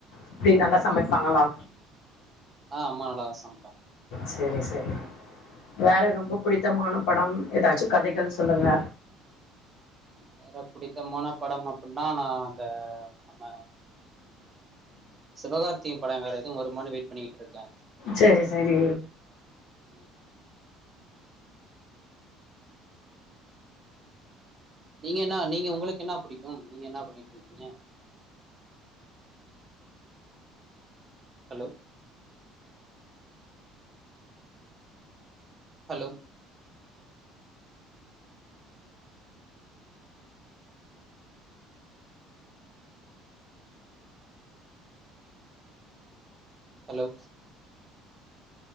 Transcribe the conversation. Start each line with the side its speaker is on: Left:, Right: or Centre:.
Left: எப்டி நல்லா சமப்பாங்ளா
Right: ஆ அம்மா நல்லாதா சமப்பாங்க
Left: செரி செரி வேற ரொம்ப புடித்தமான படம் ஏதாச்சு கதைகள் சொல்லுங்க
Right: வேற புடித்தமான படம் அப்டினா நா அந்த நம்ம சிவகார்த்திகேயன் படம் வேற எதுவு வருமானு வெயிட் பண்ணிட் இருக்க
Left: செரி செரி
Right: ம். நீங்க என்ன நீங்க உங்களுக்கு என்ன புடிக்கு நீங்க என்ன பண்ணிட்டு இருக்கீங்க ஹலோ ஹலோ ஹலோ